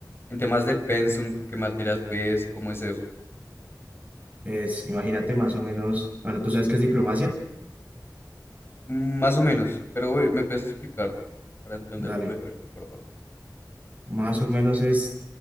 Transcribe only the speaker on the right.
Es, imagínate más o menos, bueno, ¿tú sabes qué es diplomacia?
Dale,
más o menos es,